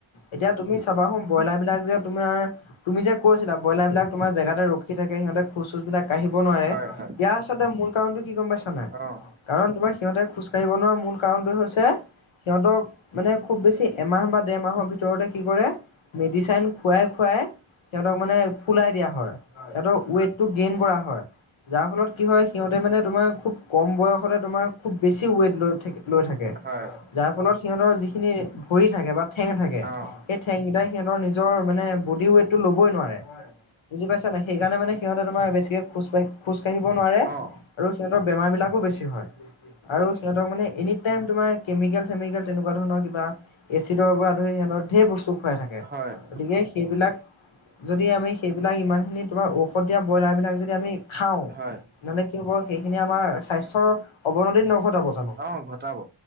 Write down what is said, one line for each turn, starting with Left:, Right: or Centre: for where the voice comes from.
Left: এতিয়া তুমি চাবা হোন ব্ৰইলাৰ বিলাক যে তোমাৰ তুমি যে কৈছিলা ব্ৰইলাৰ বিলাক তোমাৰ জেগাতে ৰখি থাকে সিহঁতে খোজ চোজবিলাক কাঢিব নোৱাৰে
Right: উম। হয় হয়।
Left: ইয়াৰ আচলতে মূল কাৰণটো কি গম পাইছা নাই।
Right: অ',
Left: কাৰণ তোমাৰ সিহঁতে খোজ কঢ়িব নোৱাৰা মূল কাৰণটোৱে হৈছে সিহঁতক মানে খুব বেছি এমাহ বা দেৰমাহৰ ভিত তৰতে কি কৰে মেডিচাইন খুৱাই খুৱাই সিহঁতক মানে ফুলাই দিয়া হয়। সিহঁতৰ ৱেইটটো গেইন কৰা হয় যাৰ ফলত কি হয় সিহঁতে মানে তোমাৰ খুব কম বয়সতে তোমাৰ খুব বেছি ৱেইট লৈ লৈ থাকে।
Right: হয়।
Left: যাৰ ফলত সিহঁতৰ যিখিনি ভৰি থাকে বা ঠেং থাকে।
Right: অ'।
Left: সেই ঠেংকেইটাই সিহঁতৰ নিজৰ মানে বডি ৱট টো ল'বই নোৱাৰে বুজি পাইছ। সেইকাৰণে মানে সিহঁতে তোমাৰ বেছিকে খোজ কাঢ়ি খোজ কঢ়িব নোৱাৰে আৰু
Right: অ',
Left: সিহঁতৰ বেমাৰ বিলাকো বেছি বেছি হয় আৰু সিহঁতক মানে এনিটাইম কেমিকেল চমিকেল তেনেকুৱা ধৰণৰ কিবা এচিডৰ পৰা ধৰি সিহঁতৰ ঢেৰ বস্তু খুৱাই থাকে
Right: হয়
Left: গতিকে সেইবিলাক যদি আমি সেইবিলাক ইমানখিনি তোমাৰ ঔষধিয়া ব্ৰইলাৰ বিলাক যদি আমি খাওঁ,
Right: হয়।
Left: নহ'লে কি হব সেইখিনি আমাৰ স্বাস্থ্যৰ অৱনতি নঘটাব জানো।
Right: অ', ঘটাব।